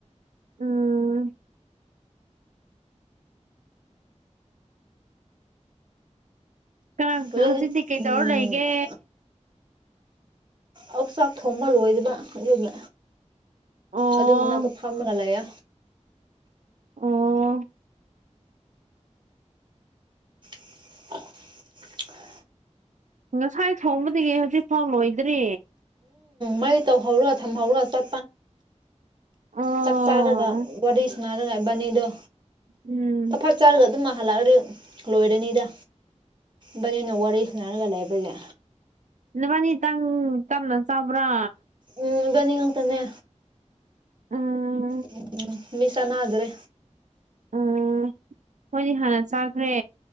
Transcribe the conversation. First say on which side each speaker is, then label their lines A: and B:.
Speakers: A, on the right; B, on the right.
A: ꯎꯝ ꯀꯅꯥ
B: ꯍꯧꯖꯤꯛ
A: ꯍꯧꯖꯤꯛꯇꯤ ꯀꯩꯗꯧꯔ
B: ꯎꯝ
A: ꯂꯩꯒꯦ
B: ꯑꯣꯆꯥꯛ ꯊꯣꯡꯕ ꯂꯣꯏꯕꯗ ꯑꯗꯨꯒꯤ
A: ꯑꯣ
B: ꯑꯗꯨꯒꯤ ꯃꯅꯥꯛꯇ ꯐꯝꯃꯒ ꯂꯩꯌꯦ
A: ꯑꯣ
B: <unintelligible>
A: ꯉꯁꯥꯏ ꯊꯥꯎꯕꯗꯒꯤ ꯍꯧꯖꯤꯛꯐꯥꯎ ꯂꯣꯏꯗ꯭ꯔꯤ
B: ꯃꯥꯥꯏ ꯇꯧꯍꯧꯔꯒ ꯊꯝꯍꯧꯔꯒ ꯆ
A: ꯑꯣ
B: ꯆꯥꯛ ꯆꯥꯔꯒ ꯋꯥꯔꯤ ꯉꯔꯥꯡ ꯏꯕꯥꯟꯅꯤꯗꯣ
A: ꯎꯝ
B: ꯈꯠ ꯆꯥꯔꯒ ꯑꯗꯨꯝ ꯍꯜꯂꯛꯑꯔ ꯂꯣꯏꯔꯅꯤꯗ ꯕꯅꯤꯅ ꯋꯥꯔꯤ ꯁꯥꯟꯅꯔꯒ ꯂꯩꯕꯒꯤ
A: ꯅꯕꯥꯅꯤ ꯇꯪ ꯇꯞꯅ ꯆꯥꯕ꯭ꯔꯥ
B: ꯎꯝ ꯏꯕꯥꯅꯤ ꯉꯥꯛꯇꯅꯦ
A: ꯎꯝ
B: ꯎꯝ ꯃꯤꯁꯥꯅꯥꯖꯔꯦ
A: ꯎꯝ ꯃꯣꯏꯗꯤ ꯍꯥꯟꯅ ꯆꯥꯈ꯭ꯔꯦ